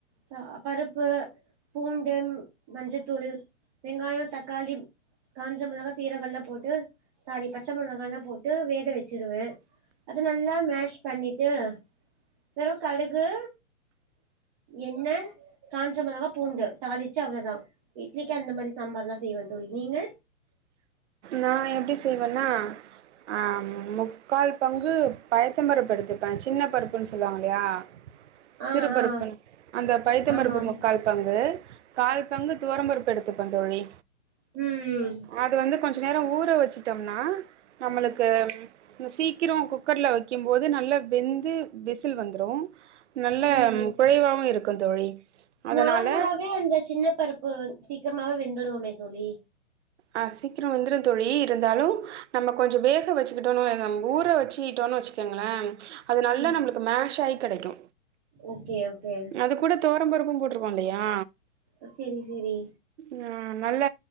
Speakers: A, on the right (about 25°); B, on the right (about 55°).
A: சா பருப்பு பூண்டும் மஞ்சத்தூளு வெங்காயோ தக்காளி காஞ்ச மிளகா சீரகொல்லா போட்டு சாரி பச்ச மிளகால்லா போட்டு வேக வெச்சுருவே அது நல் லா மேஷ் பண்ணிட்டு வெறு கடுகு எண்ண காஞ்ச மிளகா பூண்டு தாளிச்சி அவ்ளதா இட்லிக்கு அந்த மாரி சாம்பார் தா செய்வே தோழி நீங்க
B: நா எப்டி செய்வன்னா ஆ முக்கால் பங்கு பயத்தம் பருப்பு எடுத்துப்பே சின்ன பருப்புன் சொல்லுவாங்கலையா
A: ஆ
B: சிறு பருப்புன்
A: ஆ
B: அந்த பயத்தம்
A: ஆமா
B: பருப்பு
A: ஆமா
B: முக்கால் பங்கு கால்பங்கு துவரம் பருப்பு எடுத் துப்பே தோழி
A: உம்
B: அது வந்து கொஞ்ச நேரோ ஊற வச்சுட் டம்னா நம்மளுக்கு சீக்கிரோ குக்கர்ல வைக்கும்போது நல்ல வெந்து விசில் வந்துரு நல்ல
A: ம்
B: குழைவாவு இருக்கு தோழி அதனால
A: நார்மலாவே அந்த சின்ன பருப் பான் சீக்கிரமாவே வெந்துடுவமே தோழி
B: ஆ சீக்கிரோ வெந்துரு தோழி இருந்தாலு நம்ம கொஞ்சோ வேக வச்சுக்கிட்டோன் வை நம் ஊற வச்சிகிட்டோன் வச்சிக்கோங்களே அது நல்லா
A: ம்
B: நம்மளுக்கு மேஷ் ஆயி கெடைக்கு
A: ஓகே ஓகே
B: அதுக்கூட துவரம்பருப்பு போட்ருவோ இல்லையா
A: அ செரி செரி
B: நா நல்ல